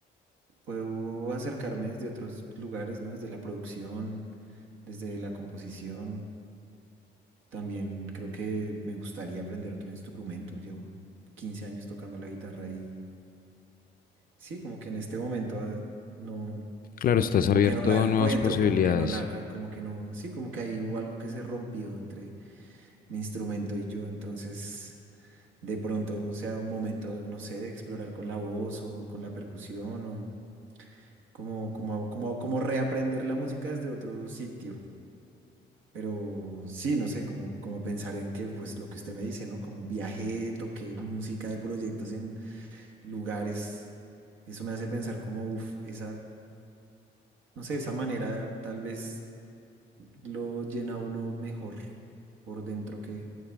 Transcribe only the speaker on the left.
Claro, estás
abierto
a
nuevas posibilidades.